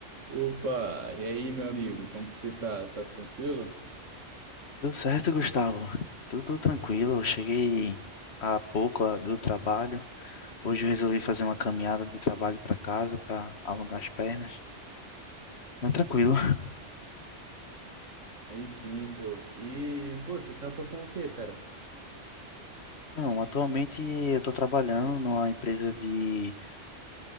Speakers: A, on the right (about 85°); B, on the left (about 60°).
A: Opa, e aí, meu amigo, como que você tá? Tá tranquilo?
B: Tudo certo, Gustavo? Tudo tranquilo. Eu Cheguei há pouco ah, do trabalho. Hoje eu resolvi fazer uma caminhada do trabalho para casa para alongar as pernas. Tá tranquilo.
A: Aí sim, pô. E, pô, você trampa com o quê, cara?
B: Então, atualmente eu estou trabalhando numa empresa de